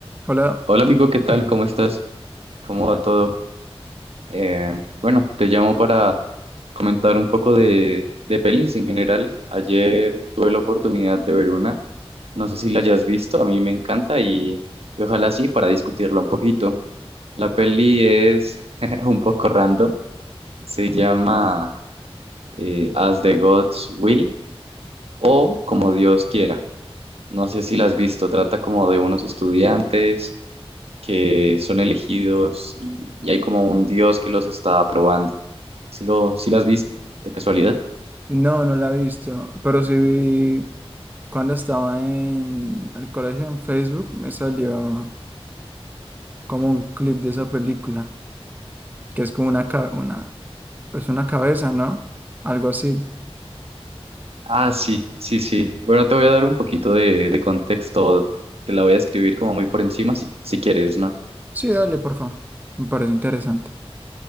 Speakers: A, on the right; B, on the right.
A: Hola.
B: Hola amigo, ¿qué tal?
A: <laughs>
B: ¿Cómo estás? ¿Cómo va todo? Eh, bueno, te llamo para comentar un poco de, de pelis en general. Ayer tuve la oportunidad de ver una, no sé si la hayas visto, a mí me encanta y, y ojalá sí para discutirla un poquito. La peli es <laughs> un poco random, se llama eh, As the Gods Will o Como Dios Quiera. No sé si la has visto, trata como de unos estudiantes. que son elegidos y, y hay como un dios que los está probando. ¿Sí lo, sí las has visto? ¿De casualidad?
A: No, no la he visto, pero sí vi cuando estaba en el colegio en Facebook, me salió como un clip de esa película, que es como una, ca- una, pues una cabeza, ¿no? Algo así.
B: Ah, sí, sí, sí. Bueno, te voy a dar un poquito de, de contexto. Te la voy a escribir como muy por encima si, si quieres, ¿no?
A: Sí, dale, por favor. Me parece interesante.